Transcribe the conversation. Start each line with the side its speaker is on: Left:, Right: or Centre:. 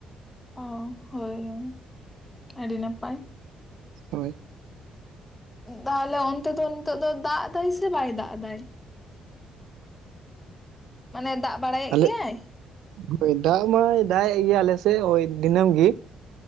Left: ᱚᱜ ᱦᱳᱭ ᱦᱳᱭ ᱟᱹᱰᱤ ᱱᱟᱯᱟᱭ,
Right: ᱦᱳᱭ
Left: ᱛᱟᱦᱚᱞᱮ ᱚᱱᱛᱮ ᱫᱚ ᱱᱤᱛᱳᱜ ᱫᱚ ᱫᱟᱜ ᱮᱫᱟᱭ ᱥᱮ ᱵᱟᱭ ᱫᱟᱜ ᱮᱫᱟᱭ? ᱢᱟᱱᱮ ᱫᱟᱜ ᱵᱟᱲᱟᱭᱮᱫ
Right: ᱟᱞᱮ
Left: ᱜᱮᱭᱟᱭ?
Right: ᱦᱳᱭ ᱫᱟᱜ ᱢᱟᱭ ᱫᱟᱜ ᱮᱫ ᱜᱮᱭᱟ ᱟᱞᱮᱥᱮ ᱳᱭ ᱫᱤᱱᱟᱹᱢ ᱜᱤ